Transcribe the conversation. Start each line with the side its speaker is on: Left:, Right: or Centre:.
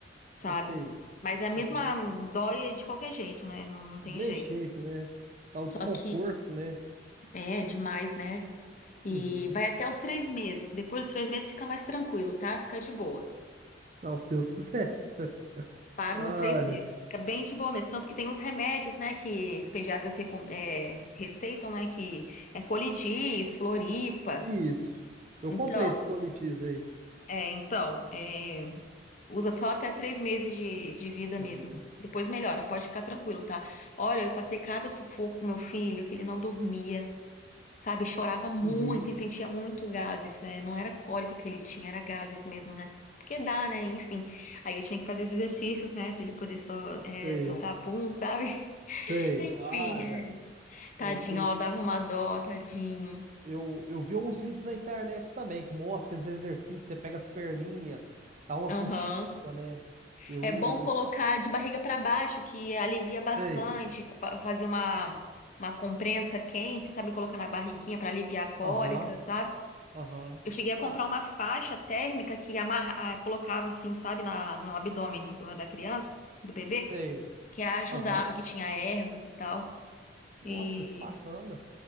Left: sabe?
Right: assim,
Left: Mas é a mesma
Right: aham.
Left: dói de qualquer jeito, né? Não, não tem
Right: Do mesmo
Left: jeito.
Right: jeito, né? Dá o
Left: Só
Right: desconforto,
Left: que
Right: né?
Left: É demais, né? E
Right: Uhum.
Left: vai até os três meses. Depois dos três meses fica mais tranquilo, tá? Fica de boa.
Right: Não, se Deus quiser. <laughs>
Left: Para
Right: ah
Left: nos três meses. Fica bem de boa mesmo. Tanto que tem uns remédios, né? Que os pediatras recom- é, receitam, né? Que é colidis, floripa.
Right: Isso. Eu
Left: Então,
Right: comprei esse coletiz aí.
Left: é, então, é, usa só até três meses de, de vida
Right: Uhum.
Left: mesmo. Depois melhora, pode ficar tranquilo, tá? Olha, eu passei cada sufoco com meu filho, que ele não dormia. sabe? Chorava muito
Right: Uhum.
Left: e sentia muito gases, né? Não era cólica que ele tinha, era gases mesmo, né? Porque dá, né? Enfim. Aí eu tinha que fazer os exercícios, né? Pra ele poder sol- é,
Right: Sei.
Left: soltar É. pum, sabe? <laughs>
Right: Sei.
Left: Enfim,
Right: Ah, é.
Left: é. Tadinho,
Right: Eu, eu,
Left: ó, dava uma dó, tadinho.
Right: eu, eu vi uns vídeos na internet também que mostra esses exercícios. Você pega as perninhas, dá umas
Left: Aham.
Right: mexidas, né? Eu,
Left: É bom
Right: eu
Left: colocar de barriga pra baixo, que alivia bastante,
Right: sei.
Left: fa- fazer uma, uma comprensa quente, sabe? Colocar na barriguinha pra aliviar a cólica,
Right: Aham.
Left: sabe?
Right: Aham.
Left: Eu cheguei a comprar
Right: Ah,
Left: uma faixa térmica que amarra, ah, colocava assim, sabe, na, no abdômen do- da criança, do bebê,
Right: sei.
Left: que ajudava,
Right: Aham.
Left: que tinha ervas e tal.
Right: Nossa,
Left: E
Right: que bacana.